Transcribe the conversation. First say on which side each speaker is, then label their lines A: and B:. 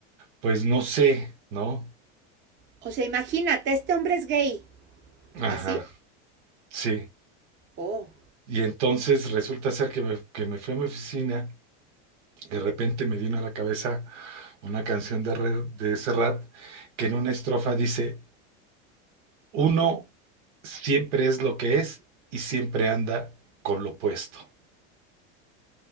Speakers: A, on the right; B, on the right.
A: pues no sé, ¿no?
B: O sea, imagínate, este hombre es gay.
A: Ajá,
B: ¿Así?
A: sí.
B: Oh,
A: Y entonces resulta ser que me, que me fui a mi oficina, de repente me vino a la cabeza una canción de, Re- de Serrat que en una estrofa dice, Uno siempre es lo que es y siempre anda con lo opuesto.